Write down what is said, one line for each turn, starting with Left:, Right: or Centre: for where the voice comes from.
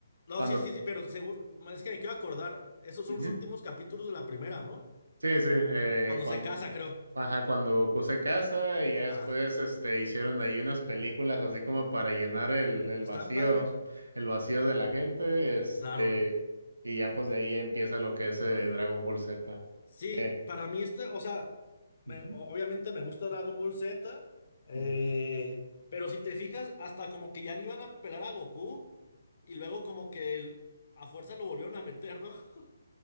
Left: no,
Right: cuando...
Left: sí, sí, sí, pero seguro, es que me quiero acordar, esos son
Right: Ujú.
Left: los últimos capítulos de la primera, ¿no?
Right: Sí, sí, eh,
Left: Cuando
Right: cuando
Left: se casa, creo.
Right: Ajá, cuando Goku se casa y ya después
Left: Ah,
Right: este, hicieron ahí unas películas así como para llenar el, el
Left: ¿están
Right: vacío,
Left: padres?
Right: el vacío de la gente, este,
Left: Claro.
Right: y ya pues de ahí empieza lo que es eh, Dragon Ball Z.
Left: Sí,
Right: que-
Left: para mí este, o sea, me-
Right: Ujú,
Left: o- obviamente me gusta Dragon Ball Z, eh,
Right: ujú.
Left: pero si te fijas, hasta como que ya ni iban a pelar a Goku y luego como que el- a fuerza lo volvieron a meter, ¿no? <laughs>